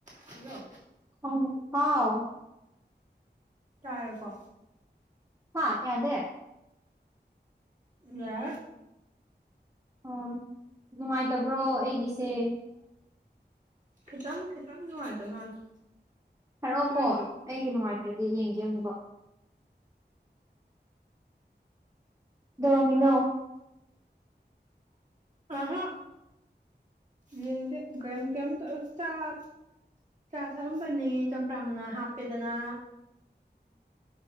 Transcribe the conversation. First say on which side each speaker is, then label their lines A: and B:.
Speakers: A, on the right; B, on the right.
A: ꯀꯩꯔꯣ
B: ꯍꯅꯦ ꯍꯥꯎ
A: ꯇꯔꯦꯀꯣ
B: ꯍꯥ ꯌꯥꯗ
A: ꯌꯥ
B: ꯎꯝ ꯅꯨꯡꯉꯥꯏꯇꯕ꯭ꯔꯣ ꯑꯩꯒꯤꯁꯦ
A: ꯈꯤꯇꯪ ꯈꯤꯇꯪ ꯅꯨꯡꯉꯥꯏ ꯇ ꯃꯥꯜꯂꯦ
B: ꯍꯥꯏꯔꯛ ꯑꯣꯀꯣ
A: ꯑꯗꯨꯏꯁꯨ
B: ꯑꯩ ꯅꯨꯡꯉꯥꯏꯇ꯭ꯔꯗꯤ ꯌꯦꯡꯒꯦ ꯑꯃꯨꯛꯀ ꯗꯣꯃꯤꯅꯣ
A: ꯑꯍꯥ ꯌꯦꯗ ꯀ ꯀꯦꯝ ꯆ <unintelligible> ꯆꯥ ꯊꯛꯑꯝꯕꯅꯦ ꯆꯝꯄ꯭ꯔꯥ ꯃꯅꯥ ꯍꯥꯞꯄꯦꯗꯅ